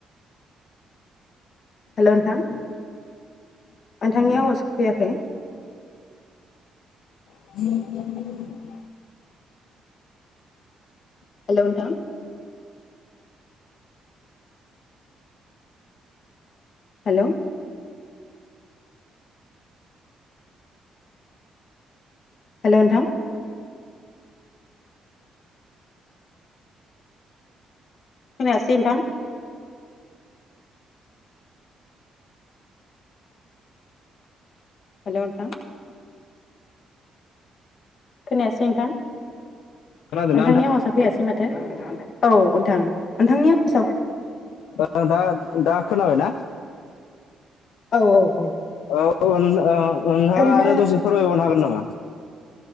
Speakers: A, on the left; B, on the left.
A: हेल' नोंथां नोंथांनि आवाज फैयाखै
B: <unintelligible>
A: हेलौ नोंथां हेलौ हेलौ नोंथां खोनायासै नोंथां हेल' नोंथां खोनायासै नोंथां
B: खोनादोंना
A: नोंथांनि
B: नोंथां
A: आवासा फैयासै माथो औ नोंथां नोंथांनि आवासा
B: ओ दा दा खोनाबायना
A: औ औ औ
B: औ नों ओ नोंथांङा
A: ओरैनो
B: आरो दसे फोरमायबावनो हागोन नामा?